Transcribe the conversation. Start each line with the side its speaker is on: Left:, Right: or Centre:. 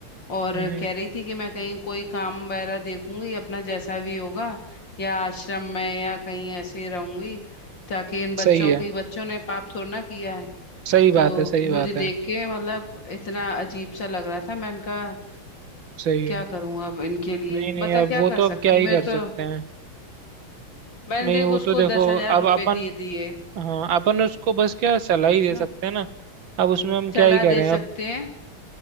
Left: और
Right: हम्म हम्म,
Left: कह रही थी कि मैं कहीं कोई काम वगैरह देखूंगी अपना जैसा भी होगा या आश्रम में या कहीं ऐसे रहूंगी ताकि इन बच्चों
Right: सही है
Left: की बच्चों ने पाप थोड़ा ना किया है
Right: सही
Left: तो
Right: बात है सही
Left: मुझे
Right: बात
Left: देख
Right: है
Left: के मतलब इतना अजीब सा लग रहा था मैंने कहा
Right: सही
Left: क्या
Right: है
Left: करूं अब इनके लिए
Right: नहीं नहीं
Left: बता
Right: अब
Left: क्या
Right: वो तो
Left: कर
Right: अब
Left: सकती
Right: क्या ही
Left: हूँ मेरे
Right: कर
Left: तो
Right: सकते हैं
Left: मैंने
Right: नहीं
Left: देख
Right: वो तो
Left: उसको
Right: देखो
Left: दस हजार
Right: अब
Left: रुपये
Right: अपन
Left: दिए दिए
Right: हाँ अपन उसको बस क्या सलाह ही दे
Left: ना
Right: सकते हैं ना अब उसमें हम क्या
Left: सलाह
Right: ही करें
Left: दे सकते
Right: अब
Left: हैं